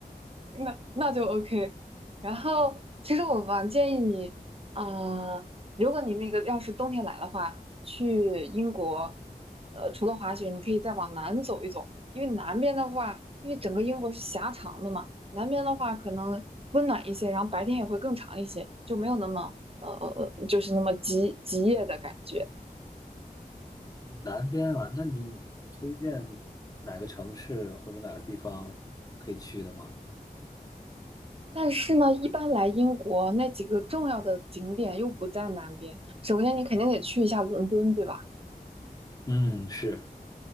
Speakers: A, on the right; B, on the left.
A: 那那就 OK。然后，其实我蛮建议你，啊、如果你那个要是冬天来的话，去英国，呃，除了滑雪，你可以再往南走一走，因为南边的话，因为整个英国是狭长的嘛，南边的话可能温暖一些，然后白天也会更长一些，就没有那么呃呃呃，就是那么极极夜的感觉。
B: 南边啊，那你有推荐哪个城市或者哪个地方可以去的吗？
A: 但是呢，一般来英国那几个重要的景点又不在南边，首先你肯定得去一下伦敦，对吧？
B: 嗯，是。